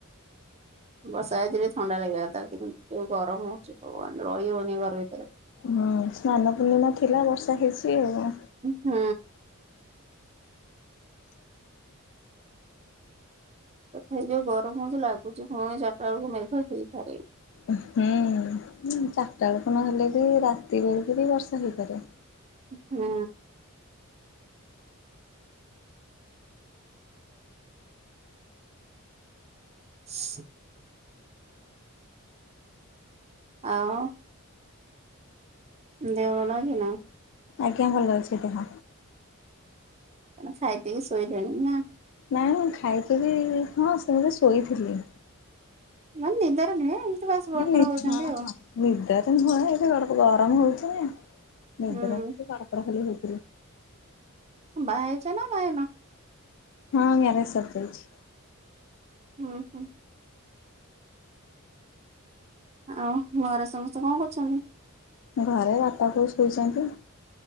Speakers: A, on the right (about 30°); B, on the left (about 60°).
A: ବର୍ଷା ହେଇଥିଲେ ଥଣ୍ଡା ଲାଗିବା କଥା କିନ୍ତୁ ଯୋଉ ଗରମ୍ ହଉଛି ଭଗବାନ୍ ରହି ହଉନି ଏ ଘର ଭିତରେ।
B: ହୁଁ ସ୍ନାନ ପୂର୍ଣ୍ଣିମା ଥିଲା ବର୍ଷା ହେଇଛି ଆଉ।
A: ହୁଁ। ତଥାପି ଯୋଉ ଗରମ ହଉଛି ଲାଗୁଛି ପୁଣି ଚାରିଟା ବେଳକୁ ମେଘ ହେଇଥାଇ ପାରେ।
B: ହୁଁ ଚାରିଟା ବେଳୁକୁ ନ ହେଲେ ବି ରାତି ବେଳୁକୁ ବି ବର୍ଷା ହେଇପାରେ।
A: ହୁଁ। <unintelligible> ଆଉ ଦେହ ଭଲ ଅଛି ନା?
B: ଆଜ୍ଞା ଭଲ ଅଛି ଦେହ।
A: କଣ ଖାଇ ପିଇ ଶୋଇଲେଣି ନା
B: ନାଇଁ ମୁଁ ଖାଇଥିଲି ହଁ ସେମିତି ଶୋଇଥିଲି।
A: ନା ନିଦରେ ନୁହେଁ ଏମ୍ ତି ବାସ୍ ଗଡପଡ
B: ହଁ
A: ହଉଛନ୍ତି
B: ହଁ
A: ଆଉ।
B: ନିଦରେ ନୁହେଁ ଏମ୍ ତି ଗଡପଡ ଗରମ୍ ହଉଛି ନିଦରେ
A: ହୁଁ
B: ଏମ୍ ତି ଗଡପଡ ଖାଲି ହଉଥିଲି।
A: ବାହା ହେଇଛ ନା ବାହା ହେଇନ?
B: ହଁ ମ୍ୟାରେଜ୍ ସରିଯାଇଛି।
A: ହୁଁ ହୁଁ। ଆଉ ଘରେ ସମସ୍ତେ କଣ କରୁଛନ୍ତି?
B: ଘରେ ବାପା ବୋଉ ଶୋଇଚନ୍ତି।